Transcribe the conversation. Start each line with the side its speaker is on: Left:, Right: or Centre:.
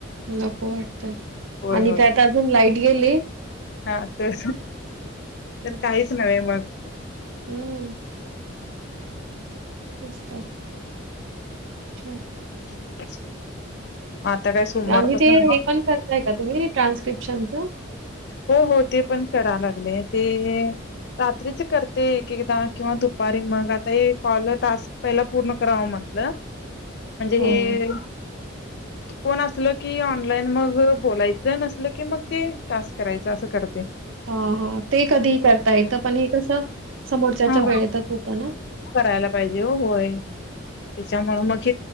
Right: नको
Left: होय
Right: आणि
Left: होय.
Right: त्यात अजून लाईट गेले
Left: हा तर तर
Right: होतं
Left: काहीच नव्हे मग
Right: हम्म तेच तर हं.
Left: ब <unintelligible> आता काय सोमवारपासून
Right: आणि ते हे पण करताय का तुम्ही ट्रान्स्क्रिप्शनच?
Left: हो हो ते पण करा लाग ते रात्रीच करते एक एकदा किंवा दुपारी मग आता कॉल टास्क पहिला पूर्ण करावं म्हटलं म्हणजे
Right: हो
Left: हे कोण असलं की ऑनलाईन मग बोलायचं नसल की मग ते टास्क करायचं असं करते
Right: हा हा ते कधीही करता येतं पण हे कसं समोरच्याच्या
Left: हा
Right: वेळेतच होतं ना
Left: करायला पाहिजे हो होय त्याच्यामुळे मग